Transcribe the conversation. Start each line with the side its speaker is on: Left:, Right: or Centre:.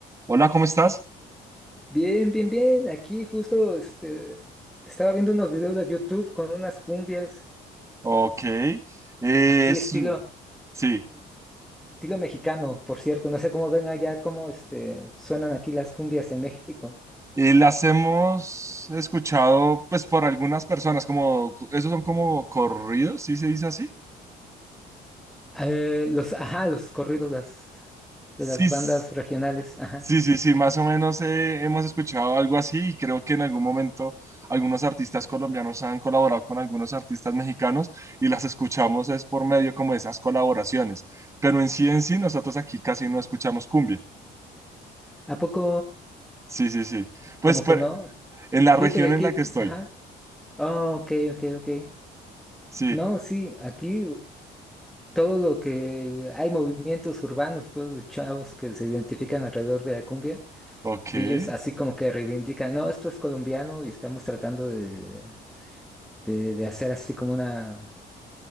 Right: Hola, ¿cómo estás?
Centre: Bien, bien, bien. Aquí justo este, estaba viendo unos videos de YouTube con unas cumbias.
Right: Ok. Eh, es-
Centre: Aquí estilo,
Right: sí,
Centre: estilo mexicano, por cierto. No sé cómo ven allá, cómo este, suenan aquí las cumbias en México.
Right: Eh, las hemos escuchado pues por algunas personas, como esos son como corridos, ¿sí se dice así?
Centre: Eh, los, ajá, los corridos las,
Right: Sí,
Centre: de las
Right: s-
Centre: bandas regionales. Ajá.
Right: sí, sí, sí, más o menos eh, hemos escuchado algo así y creo que en algún momento algunos artistas colombianos han colaborado con algunos artistas mexicanos y las escuchamos es por medio como de esas colaboraciones, pero en sí en sí nosotros aquí casi no escuchamos cumbia.
Centre: ¿A poco?
Right: Sí, sí, sí. Pues
Centre: Como
Right: pero-
Centre: que no.
Right: en la región
Centre: Fíjate que aquí,
Right: en la que estoy.
Centre: ajá. Oh, ok, ok, ok.
Right: Sí,
Centre: No, sí, aquí todo lo que hay movimientos urbanos, pues, de chavos que se identifican alrededor de la cumbia.
Right: ok.
Centre: Y ellos así como que reivindican, no, esto es colombiano y estamos tratando de, de- de hacer así como una,